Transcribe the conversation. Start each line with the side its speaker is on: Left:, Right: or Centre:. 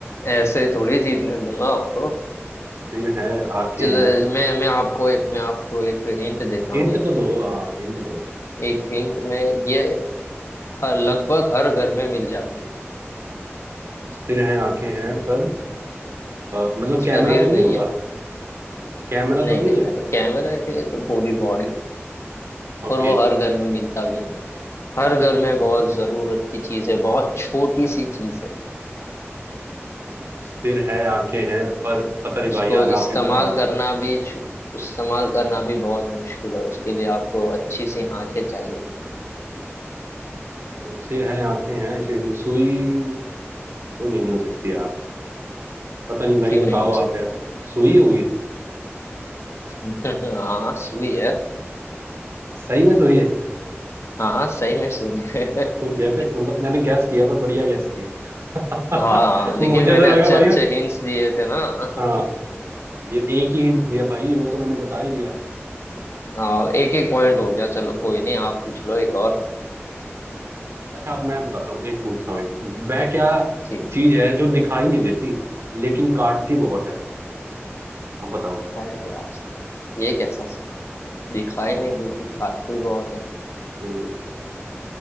Left: ऐसे थोड़ी जीतने दूंगा आपको
Right: सिर है आंखें
Left: चलो
Right: हैं
Left: मैं मैं आपको एक मैं आपको एक हिंट देता
Right: हिंट
Left: हूँ एक
Right: तो दो हाँ हिंट दो
Left: एक हिंट में ये हर लगभग हर घर में मिल जाती है
Right: सिर है आंखें हैं पर अ, मतलब
Left: शरीर
Right: कैमरा तो नहीं
Left: नहीं
Right: होगा
Left: है
Right: कैमरा
Left: नहीं
Right: तो नहीं
Left: नहीं
Right: है
Left: यार कैमरा है तो पूरी बॉडी होती है
Right: ओके
Left: और वो हर घर में मिलता भी नहीं है। हर घर में बहुत जरूरत की चीज है बहुत छोटी सी चीज है
Right: सिर है आंखें हैं पर पता नहीं
Left: उसको
Right: भाई यार
Left: इस्तेमाल
Right: आप ही बताओ यार
Left: करना भी छु- इस्तेमाल करना भी बहुत मुश्किल है उसके लिए आपको अच्छी सी आंखें चाहिए
Right: सिर है आंखें हैं शेरनी सुई तो नहीं हो सकती यार पता नहीं भाई
Left: क्यों
Right: बताओ
Left: नहीं हो सकती
Right: आप यार सुई होगी
Left: <laughs> हाँ सुई है
Right: सही में सुई है
Left: हाँ हाँ सही में सुनिए
Right: तो
Left: <laughs>
Right: ये फिर मतलब मैंने गैस किया पर बढ़िया गैस किया <laughs>
Left: हाँ लेकिन
Right: मुझे
Left: मैंने
Right: तो लगा
Left: अच्छे
Right: भाई
Left: अच्छे
Right: मैं
Left: हिंट्स दिए थे ना <laughs>
Right: हाँ ये एक ही हिंट दिया भाई वो तो मैंने बता ही दिया
Left: हाँ एक एक पॉइंट हो गया चलो कोई नहीं आप पूछ लो एक और
Right: अच्छा अब मैं बताता हूँ एक पूछता हूँ एक वह क्या
Left: ठीक है
Right: चीज है जो दिखाई नहीं देती लेकिन काटती बहुत है अब बताओ
Left: अरे यार ये कैसा सा दिखाई
Right: हाँ
Left: नहीं देती काटी बहुत है
Right: हम्म,